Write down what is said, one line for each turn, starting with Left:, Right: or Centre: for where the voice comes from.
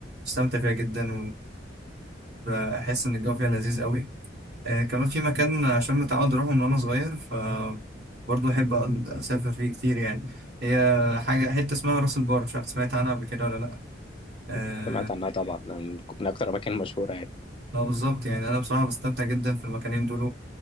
Right: استمتع فيها جدا وبحس ان الجو فيها لذيذ قوي آه، كمان في مكان عشان متعود أروحه من وأنا صغير ف برضه أحب أقعد أسافر فيه كتير يعني هي حاجة حتة اسمها راس البر مش عارف سمعت عنها قبل كده ولا لأ آه،
Left: سمعت عنها طبعا من من اكتر الاماكن المشهوره يعني
Right: لا بالظبط يعني أنا بصراحة بستمتع جدا في المكانين دول